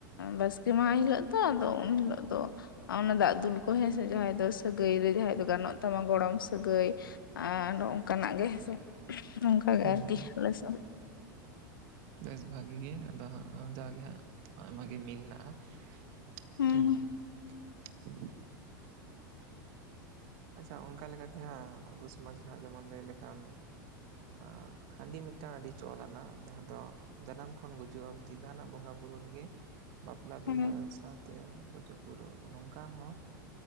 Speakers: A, on the left; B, on the right.
A: ᱵᱟᱥᱠᱮ ᱢᱟᱦᱟ ᱦᱤᱞᱳᱜ ᱛᱚ ᱟᱫᱚ ᱩᱱ ᱦᱤᱞᱳᱜ ᱫᱚ ᱚᱱᱟ ᱫᱟᱜ ᱫᱩᱞ ᱠᱚ ᱦᱮᱸ ᱥᱮ ᱡᱟᱦᱟᱸᱭ ᱫᱚ ᱥᱟᱹᱜᱟᱹᱭ ᱨᱮ ᱡᱟᱦᱟᱸᱭ ᱫᱚ ᱜᱟᱱᱚᱜ ᱛᱟᱢᱟ ᱜᱚᱲᱚᱢ ᱥᱟᱹᱜᱟᱹᱭ ᱟᱨ ᱱᱚᱝᱠᱟ ᱱᱟᱜ ᱜᱮ ᱦᱮᱸᱥᱮ ᱱᱚᱝᱠᱟᱜᱮ
B: ᱦᱩᱸ
A: ᱟᱨᱠᱤ
B: ᱦᱩᱸ
A: ᱟᱞᱮ ᱥᱮᱫ ᱫᱚ
B: ᱵᱮᱥ ᱵᱷᱟᱹᱜᱤ ᱜᱮ ᱟᱫᱚ ᱦᱟᱸᱜ ᱡᱟᱜᱮ ᱦᱟᱸᱜ ᱟᱭᱢᱟ ᱜᱮ ᱢᱤᱞ ᱢᱮᱱᱟᱜᱼᱟ᱾ <unintelligible>
A: ᱦᱩᱸ
B: ᱟᱪᱷᱟ ᱚᱱᱠᱟ ᱞᱮᱠᱟᱛᱮ ᱦᱟᱸᱜ ᱟᱵᱚ ᱥᱚᱢᱟᱡᱽ ᱡᱟᱦᱟᱸ ᱡᱮᱢᱚᱱ ᱞᱟᱹᱭ ᱞᱮᱠᱷᱟᱱ ᱦᱟᱸ ᱦᱟᱺᱰᱤ ᱢᱤᱫᱴᱟᱝ ᱟᱹᱰᱤ ᱪᱚᱞ ᱟᱱᱟ ᱡᱟᱦᱟᱸ ᱫᱚ ᱡᱟᱱᱟᱢ ᱠᱷᱚᱱ ᱜᱩᱡᱩᱜ ᱦᱟᱹᱵᱤᱡ ᱫᱤᱜᱟᱱᱟᱜ ᱵᱚᱸᱜᱟ ᱵᱩᱨᱩ ᱨᱮᱜᱮ ᱵᱟᱯᱞᱟ ᱵᱤᱦᱟᱹ
A: ᱦᱩᱸ
B: ᱥᱟᱶᱛᱮ ᱜᱩᱡᱩᱜ ᱜᱩᱨᱩ ᱱᱚᱝᱠᱟ ᱦᱚᱸ